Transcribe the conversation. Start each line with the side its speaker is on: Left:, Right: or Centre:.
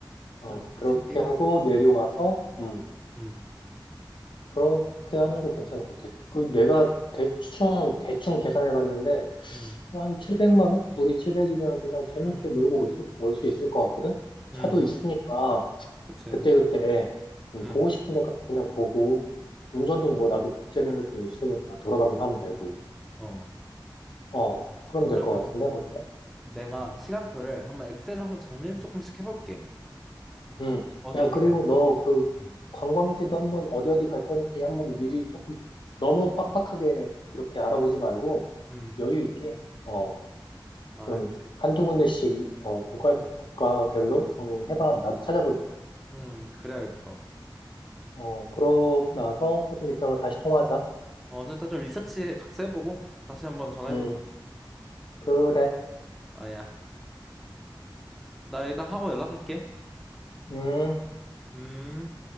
Left: 어,
Centre: 일단
Left: 그렇게
Centre: 챙기고.
Left: 하고 내려와서 음,
Centre: 음,
Left: 그렇게 하는 거 괜찮을 것 같아. 그 내가 대충, 대충 계산해 봤는데,
Centre: 음,
Left: 한 700만 원? 둘이 700이면 그냥 재밌게
Centre: 음,
Left: 놀고 올 수 있을 것 같거든?
Centre: 음.
Left: 차도 있으니까,
Centre: 그치.
Left: 그때그때, 음,
Centre: 음,
Left: 보고 싶은 데 가서 그냥 보고, 운전도 뭐 나도 국제면허증이 있으니까 돌아가면서 하면 되고,
Centre: 어.
Left: 어, 그럼 될
Centre: 그러면
Left: 것 같은데? 어때?
Centre: 내가 시간표를 한번 엑셀로 한번 정리를 조금씩 해볼게.
Left: 음,
Centre: 어디
Left: 야,
Centre: 어디
Left: 그리고
Centre: 갈.
Left: 너 그
Centre: 음,
Left: 관광지도 한번 어디 어디 갈 건지 한번 미리 조금 너무 빡빡하게 이렇게 알아보지 말고,
Centre: 음.
Left: 여유 있게, 어,
Centre: 아,
Left: 좀
Centre: 그치.
Left: 한두 군데씩 어, 국가, 국가별로 정리해봐. 나도 찾아볼게.
Centre: 음, 그래야겠다.
Left: 어, 그러고 나서 조금 이따가 다시 통화하자.
Centre: 어, 일단 좀 리서치 각자 해보고 다시 한번 전화해보자.
Left: 음, 그래.
Centre: 아야. 나, 나 하고 연락할게.
Left: 음.
Centre: 음.